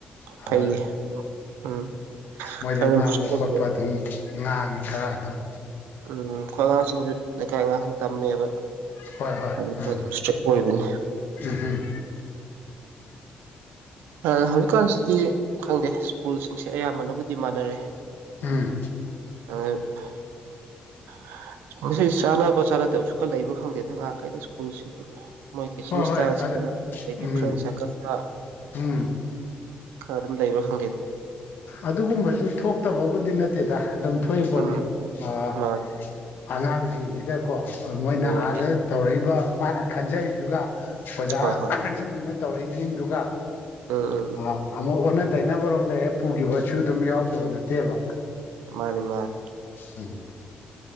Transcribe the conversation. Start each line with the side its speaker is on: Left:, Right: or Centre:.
Left: ꯑꯗ
Right: ꯐꯩꯌꯦ ꯑꯗꯨꯝ ꯎꯝ
Left: ꯃꯣꯏꯗ
Right: ꯈꯔ ꯑꯗꯨꯝ
Left: ꯉꯥꯡꯕ
Right: ꯏꯁꯇ꯭ꯔꯤꯛ ꯑꯣꯏꯕꯅꯦꯕ
Left: ꯈꫭꯠꯄ ꯑꯗꯨꯝ ꯉꯥꯡꯉꯤ ꯈꯔ ꯑꯗꯨꯝ
Right: ꯎꯝ ꯈꯣꯏ ꯑꯉꯥꯡꯁꯤꯡꯁꯨ ꯂꯩꯀꯥꯏ ꯑꯉꯥꯡꯁꯤꯡ ꯇꯝꯃꯦꯕ
Left: ꯍꯣꯏ ꯍꯣꯏ
Right: ꯑꯗꯨ
Left: ꯎꯝ
Right: ꯈꯔ ꯑꯗꯨꯝ ꯏꯁꯇ꯭ꯔꯤꯛ ꯑꯣꯏꯕꯅꯦ
Left: ꯎꯝ
Right: ꯑ ꯍꯧꯖꯤꯛꯀꯥꯟꯁꯤꯗꯤ ꯈꯪꯗꯦ ꯁ꯭ꯀꯨꯜꯁꯤꯡꯁꯦ ꯑꯌꯥꯝꯕꯅꯕꯨꯗꯤ ꯃꯥꯟꯅꯔꯦ
Left: ꯎꯝ
Right: <inaudible> ꯁ꯭ꯀꯨꯜꯁꯤ ꯆꯥꯟꯅꯕ ꯆꯥꯟꯅꯗꯕꯁꯨ ꯈꯔ ꯂꯩꯕ꯭ꯔ ꯈꯪꯗꯦꯗ ꯑꯉꯥꯡꯈꯩꯗ ꯁ꯭ꯀꯨꯜꯁꯤꯁꯨ ꯃꯣꯏ ꯇꯤꯆꯤꯡ
Left: ꯍꯣꯏ
Right: ꯏꯁꯇꯥꯏꯜꯁꯤꯗ
Left: ꯍꯣꯏ
Right: ꯑꯗꯒꯤ
Left: ꯎꯝ
Right: ꯐ꯭ꯔꯦꯟ ꯁꯥꯔꯀꯟꯗ
Left: ꯎꯝ
Right: ꯈꯔ ꯑꯗꯨꯝ ꯂꯩꯕ꯭ꯔ ꯈꯪꯗꯦꯗ
Left: ꯑꯗꯨꯒꯨꯝꯕꯁꯨ ꯊꯣꯛꯇꯕꯕꯨꯗꯤ ꯅꯠꯇꯦꯗ ꯑꯗꯨꯝ ꯊꯣꯏꯄꯣꯠꯅꯤ
Right: ꯎꯝ
Left: ꯑ
Right: ꯃꯥꯅꯤ
Left: ꯑꯉꯥꯡꯖꯤꯡꯖꯤꯗꯀꯣ ꯃꯣꯏꯅ
Right: ꯎꯝ
Left: ꯑꯥꯗ
Right: ꯎꯝ
Left: ꯇꯧꯔꯛꯏꯕ ꯃꯥꯅ ꯈꯟꯖꯔꯤꯗꯨꯒ ꯑꯣꯖꯥꯖꯤꯡꯗꯨꯅ
Right: ꯍꯣꯏ ꯍꯣꯏ
Left: ꯇꯧꯔꯏꯖꯤꯡꯗꯨꯒ
Right: ꯎꯝ ꯎꯝ ꯎꯝ
Left: ꯑ ꯑꯃꯨꯛ ꯑꯣꯟꯅ ꯇꯩꯅꯕꯔꯣꯝꯗ ꯍꯦꯛ ꯄꯨꯒꯤꯕꯁꯨ ꯑꯗꯨꯝ ꯌꯥꯎꯗꯕ ꯅꯠꯇꯦꯕ
Right: ꯃꯥꯅꯤ ꯃꯥꯅꯤ
Left: ꯎꯝ